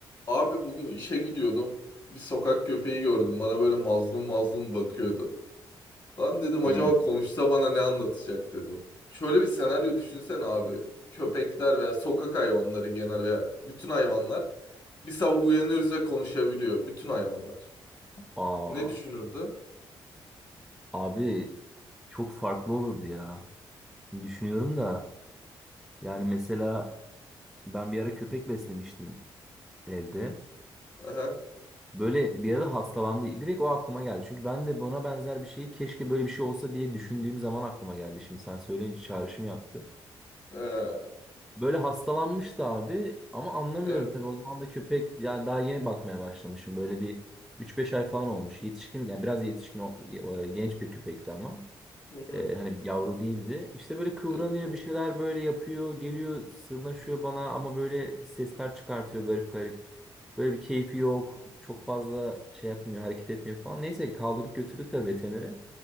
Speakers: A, on the left; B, in the centre.
A: Abi bugün işe gidiyordum. Bir sokak köpeği gördüm. Bana böyle mazlum mazlum bakıyordu. Lan dedim acaba
B: Hmm.
A: konuşsa bana ne anlatacak dedim. Şöyle bir senaryo düşünsen abi. Köpekler veya sokak hayvanları genel veya bütün hayvanlar bir sabah uyanıyoruz ve konuşabiliyor. Bütün hayvanlar.
B: Aa,
A: Ne düşünürdü?
B: abi çok farklı olurdu ya. Şimdi düşünüyorum da yani mesela ben bir ara köpek beslemiştim evde.
A: Aha,
B: Böyle bir ara hastalandı. Direkt o aklıma geldi. Çünkü ben de buna benzer bir şeyi keşke böyle bir şey olsa diye düşündüğüm zaman aklıma geldi. Şimdi sen söyleyince çağrışım yaptı.
A: ee,
B: Böyle hastalanmıştı abi ama anlamıyorum
A: evet.
B: tabii o zaman da köpek yani daha yeni bakmaya başlamışım. Böyle bir üç beş ay falan olmuş. Yetişkin yani biraz yetişkin o- o- genç bir köpekti ama.
A: Hı hı.
B: Ee, hani yavru değildi. İşte böyle kıvranıyor
A: Evet abi.
B: bir şeyler böyle yapıyor. Geliyor sırnaşıyor bana ama böyle bir sesler çıkartıyor garip garip. Böyle bir keyfi yok. Çok fazla şey yapmıyor hareket etmiyor falan. Neyse kaldırdık götürdük de veterinere.